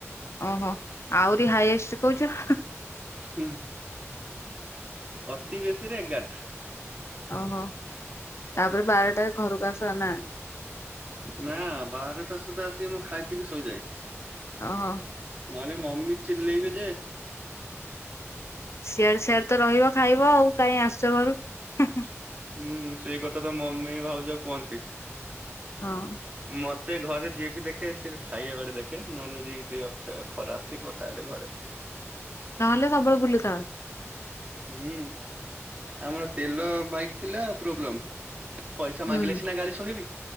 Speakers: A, on the left; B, on the right.
A: ଓହୋ ଆହୁରି ହାଇଏଷ୍ଟ କହୁଛ।
B: ହୁଁ ଅତି ବେଶୀରେ ଏଗାରଟା।
A: ଓହୋ ତାପରେ ବାରଟା ଘରକୁ ଆସ ନା।
B: ନା ବାହାରଟା ସୁଦ୍ଧା ଆସିକି ମୁଁ ଖାଇ ପିଇକି ଶୋଇଯାଏ।
A: ଓହୋ।
B: ନହେଲେ ମମି ଚିଲଲେଇବେ ଯେ।
A: ସିଆଡେ ସିଆଡେ ତ ରହିବ ଖାଇବ ଆଉ କାହିଁ ଆସଛ ଘରକୁ।
B: ହୁଁ ସେଇ କଥା ତ ମମି ଭାଉଜ କୁହନ୍ତି
A: ହଁ
B: ମ ମତେ ଘରେ ଯିଏ ବି ଦେଖେ ସେ ଖାଇବା ବେଳେ ଦେଖେ ନହେଲେ ଯଦି ଦେହ ଫିଅ ଖରାପ ଥିବ ତାହେଲେ ଘରେ।
A: ନହଲେ ସବୁବେଳେ ବୁଲିଥାଉ।
B: ହୁଁ ଆମର ତେଲ ବାଇକ୍ ଥିଲା ପ୍ରୋବ୍ଲେମ ପଇସା ମାଗିଲେ
A: ହୁଁ
B: ସିନା ଗାଡି ଶୁଣିବି